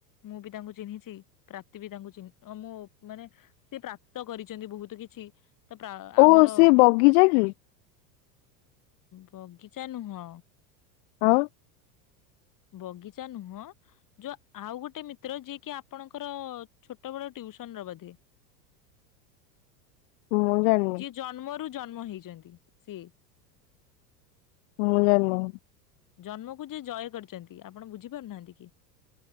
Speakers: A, on the left; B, on the left.
A: ମୁଁ ବି ତାଙ୍କୁ ଚିହ୍ନିଚି ପ୍ରାପ୍ତି ବି ତାଙ୍କୁ ଚିହ୍ନି ଓ ମୋ ମାନେ ସେ ପ୍ରାପ୍ତ କରିଚନ୍ତି ବହୁତ କି ଛି ତ ପ୍ରା-ଆମର
B: ଓ ସେ ବଗିଚା କି?
A: ବଗିଚା ନୁହଁ।
B: ଆଉ
A: ବଗିଚା ନୁହଁ ଯୋଉ ଆଉ ଗୋଟେ ମିତ୍ର ଯିଏ କି ଆପଣଙ୍କର ଛୋଟ ବେଳ ଟିଉ ସନ୍ ର ବୋଧେ।
B: ମୁଁ ଜାଣିନି
A: ଯିଏ ଜନ୍ମରୁ ଜନ୍ମ ହେଇଚନ୍ତି ସିଏ।
B: ମୁଁ ଯାନି।
A: ଜନ୍ମକୁ ଯିଏ ଜୟ କରିଚନ୍ତି ଆପଣ ବୁଝିପାରୁନାହାନ୍ତି କି?